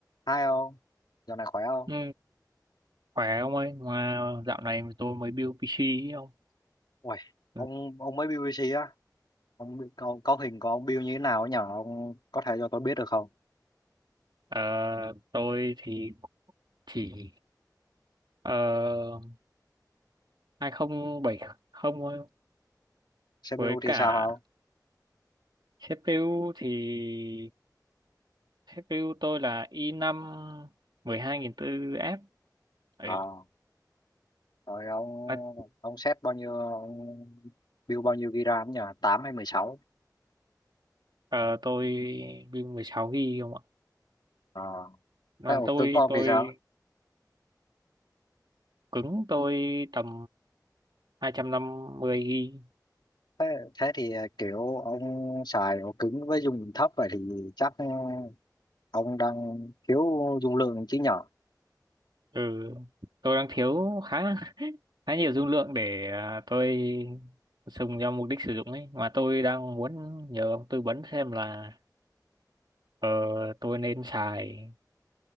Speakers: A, on the left; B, on the right.
A: Hai ông, dạo này khỏe không?
B: Ừ, khỏe ông ơi, mà dạo này tôi mới build PC ý ông.
A: Uầy, ông
B: Ừ.
A: ông mới BBC á, ông có, có hình của ông Bill như thế nào nhỉ? Ông có thể cho tôi biết được không?
B: Ờ, tôi thì chỉ ờ, 2070 thôi.
A: CPU
B: Với
A: thì
B: cả
A: sao không?
B: CPU thì CPU tôi là i5 124F. Ừ,
A: Ờ, rồi ông
B: bắt-
A: ông set bao nhiêu ông build bao nhiêu GB RAM nhỉ? 8 hay 16?
B: ờ, tôi build 16GB không ạ?
A: Ờ,
B: Mà
A: thế ổ
B: tôi
A: cứng của ông
B: tôi
A: thì sao?
B: cứng tôi tầm 250GB.
A: Thế, thế thì à, kiểu ông xài ổ cứng với dung lượng thấp vậy thì chắc ừ, ông đang thiếu dung lượng chứ nhỉ?
B: Ừ, tôi đang thiếu khá khá nhiều dung lượng để à, tôi dùng cho mục đích sử dụng ấy mà tôi đang muốn nhờ ông tư vấn xem là ờ, tôi nên xài